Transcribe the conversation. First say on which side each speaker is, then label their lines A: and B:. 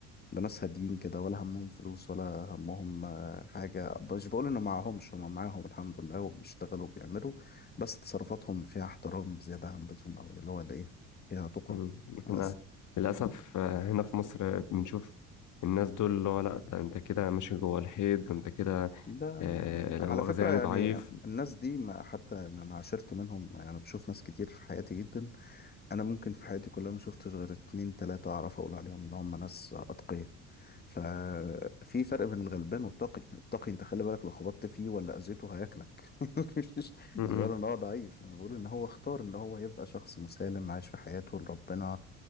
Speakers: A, on the left; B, on the left.
A: بناس هاديين كده ولا همهم فلوس ولا همهم آه، حاجة مش بقول إنه معهمش هما معاهم الحمد لله وبيشتغلوا وبيعملوا بس تصرفاتهم فيها احترام زيادة عن اللزوم أوي اللي هو الإيه فيها تقى
B: مم. احنا
A: بس
B: للأسف
A: مم.
B: آه، هنا في مصر بنشوف الناس دول اللي هو لا ده انت كده ماشي جوه الحيط ده انت كده
A: لا
B: آه،
A: لا على
B: لا مؤاخذة
A: فكرة
B: يعني
A: يعني
B: ضعيف
A: الناس دي ما حتى إن أنا عاشرت منهم يعني أنا بشوف ناس كتير في حياتي جدا أنا ممكن في حياتي كلها ما شفتش غير اتنين تلاتة أعرف أقول عليهم إن هم ناس أتقياء ففي فرق بين الغلبان والتقي التقي انت خلي بالك لو خبطت فيه ولا اذيته هياكلك <laughs> مش بقول
B: مم.
A: ان هو ضعيف انا بقول ان هو اختار ان هو يبقى شخص مسالم عايش في حياته لربنا